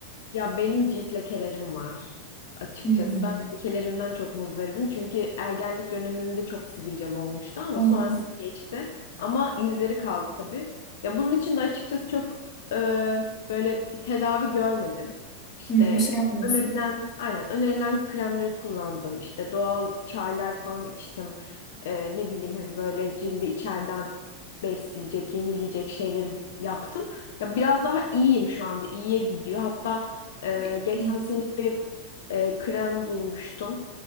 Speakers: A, on the left; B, on the left.
A: Ya benim cilt lekelerim var açıkçası.
B: Hmm.
A: Ben de lekelerimden çok muzdaribim. Çünkü ergenlik dönemimde çok sivilcem olmuştu ama
B: Aa,
A: sonrasında geçti. Ama izleri kaldı tabii. Ya bunun için de açıkçası çok e, böyle bir tedavi görmedim. İşte
B: hmm, bir şey yapmıyorsun.
A: önerilen, aynen önerilen kremleri kullandım. İşte doğal çaylar falan içtim. E, ne bileyim hani böyle cildi içeriden besleyecek, yenileyecek şeyleri yaptım. Ya biraz daha iyiyim şu anda. iyiye gidiyor. Hatta ee,
B: Ay,
A: geçen
B: hmm.
A: sene bir e, krem bulmuştum.